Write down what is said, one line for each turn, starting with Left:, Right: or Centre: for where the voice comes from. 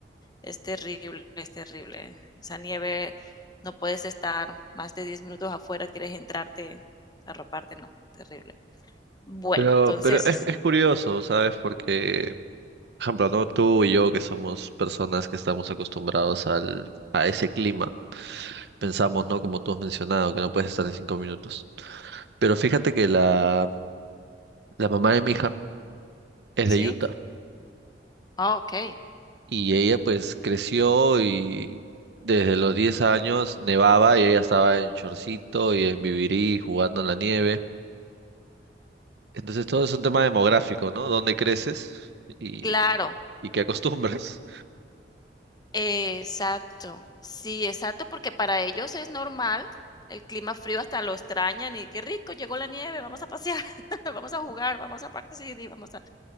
Left: Es terrible, es terrible. Esa nieve, no puedes estar más de 10 minutos afuera, quieres entrarte, arroparte, no, terrible. Bueno,
Right: Pero,
Left: entonces,
Right: pero es, es curioso, ¿sabes? Porque, por ejemplo, ¿no? Tú y yo, que somos personas que estamos acostumbrados al, a ese clima, pensamos, ¿no? Como tú has mencionado, que no puedes estar en cinco minutos. Pero fíjate que la, la mamá de mi hija es
Left: ¿sí?
Right: de Utah
Left: sí. Ah, ok,
Right: y ella pues creció y desde los 10 años nevaba y ella estaba en shortcito y en vivirí jugando en la nieve. Entonces todo es un tema demográfico, ¿no? ¿Dónde creces y,
Left: claro,
Right: y qué acostumbras?
Left: exacto. Sí, exacto, porque para ellos es normal el clima frío, hasta lo extrañan y qué rico, llegó la nieve, vamos a pasear, <laughs> vamos a jugar, vamos a Park City, vamos a...